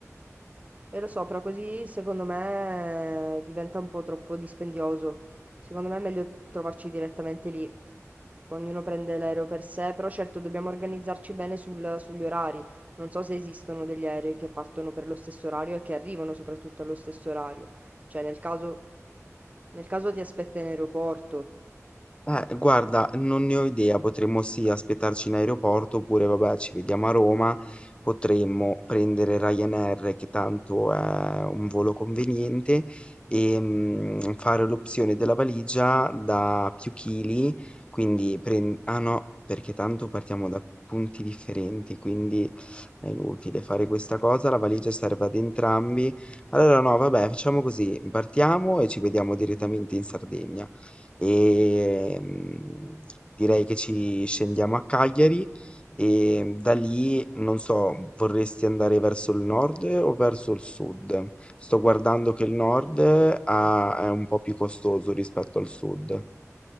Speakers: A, on the right; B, on the left.
A: E lo so, però così secondo me eh, diventa un po' troppo dispendioso. Secondo me è meglio trovarci direttamente lì. Poi Ognuno prende l'aereo per sé, però certo dobbiamo organizzarci bene sul- sugli orari. Non so se esistono degli aerei che partono per lo stesso orario e che arrivano soprattutto allo stesso orario. Cioè, nel caso, nel caso ti aspetta in aeroporto.
B: Eh, guarda, non ne ho idea, potremmo sì aspettarci in aeroporto oppure vabbè ci vediamo a Roma, potremmo prendere Ryanair che tanto è un volo conveniente e mm, fare l'opzione della valigia da più chili, quindi pren- ah no, perché tanto partiamo da punti differenti, quindi è inutile fare questa cosa, la valigia serve ad entrambi. Allora no, vabbè, facciamo così, partiamo e ci vediamo direttamente in Sardegna. Ehm, direi che ci scendiamo a Cagliari e da lì, non so, vorresti andare verso il nord o verso il sud? Sto guardando che il nord ha- è un po' più costoso rispetto al sud.